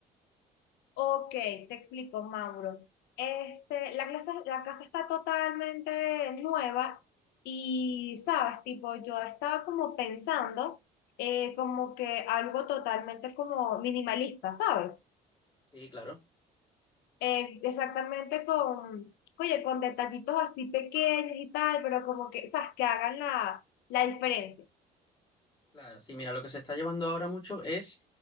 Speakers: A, on the left; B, on the left.
A: Ok, te explico, Mauro. Este, la clase, la casa está totalmente nueva y, sabes, tipo, yo estaba como pensando eh, como que algo totalmente como minimalista, ¿sabes?
B: Sí, claro.
A: Eh, exactamente con, oye, con detallitos así pequeños y tal, pero como que, sabes, que hagan la, la diferencia.
B: Claro, sí, mira, lo que se está llevando ahora mucho es